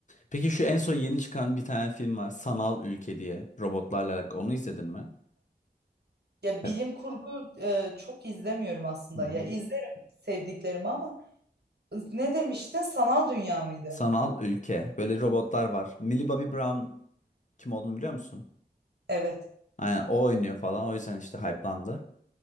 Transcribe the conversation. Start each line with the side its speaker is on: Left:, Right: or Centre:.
Left: Peki şu en son yeni çıkan bir tane film var. Sanal Ülke diye. Robotlarla alakalı. Onu izledin mi?
Right: Ya
Left: Evet.
Right: bilim kurgu e, çok izlemiyorum aslında.
Left: Hmm.
Right: Ya izlerim sevdiklerimi ama ne demiştin? Sanal dünya mıydı?
Left: Sanal Ülke. Böyle robotlar var. Millie Bobby Brown kim olduğunu biliyor musun?
Right: Evet.
Left: Aynen o oynuyor falan. O yüzden işte hype'landı.